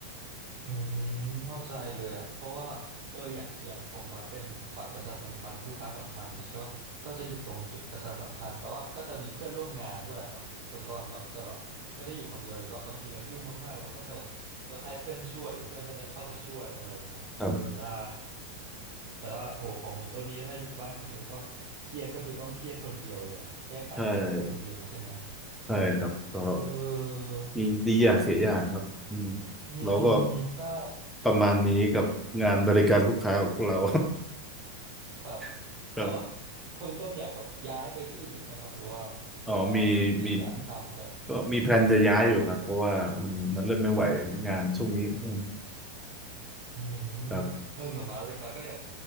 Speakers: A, on the right; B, in the centre.
A: อืมเข้าใจเลยอ่ะเพราะว่าเอออย่างอย่างของบัสเป็นฝ่ายประชาสัมพันธ์ลูกค้าสัมพันธ์อย่างงี้ใช่ป่ะก็จะอยู่ตรงจุดประชาสัมพันธ์แต่ว่าก็จะมีเพื่อนร่วมงานด้วยอะครับคนต้นแบบจะแบบไม่ได้อยู่คนเดียวหรือว่าบางทีเรายุ่งมากๆเราก็จะแบบเออให้เพื่อนช่วยหรือเพื่อนก็จะเข้ามาช่วยอะไรเงี้ยเออได้
B: ครับ
A: แต่ว่าโหของคนต้นนี้ถ้าอยู่บ้านคนเดียวก็เครียดก็คือต้องเครียดคนเดียวเลยอ่ะแก้ไขปัญหาคนเดียวใช่ไหม
B: ใช่ใช่ครับก็
A: เออ
B: มีดีอย่างเสียอย่างครับอืม
A: อืมอืมอืมใช่
B: เราก็ประมาณนี้กับงานบริการลูกค้าของพวกเรา
A: ครับ
B: <laughs> ครับ
A: ก็คุณต้นอยากแบบย้ายไปที่อื่นไหมครับหรือว่าหรือว่าแบบยังอยากทำกัน
B: อ๋อมีมีก็มีแพลนจะย้ายอยู่ครับเพราะว่ามันมันเริ่มไม่ไหวงานช่วงนี้อืม
A: อืม
B: ครับ
A: เออเหมือนบาสเลยบาสก็แบบ